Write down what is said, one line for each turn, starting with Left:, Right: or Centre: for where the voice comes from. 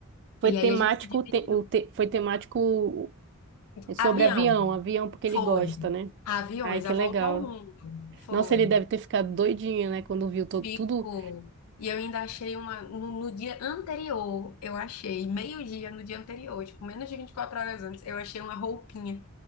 Right: Foi
Left: E
Right: temático,
Left: aí a gente se dividiu.
Right: o te- o te- foi temático é, sobre
Left: Avião,
Right: avião, avião porque
Left: foi.
Right: ele gosta, né?
Left: Aviões,
Right: Ai, que
Left: a volta
Right: legal.
Left: ao mundo, foi.
Right: Nossa, ele deve ter ficado doidinho, né? Quando viu to-
Left: Ficou.
Right: tudo
Left: E eu ainda achei uma. No, no dia anterior, eu achei, meio-dia no dia anterior, tipo, menos de 24 horas antes, eu achei uma roupinha,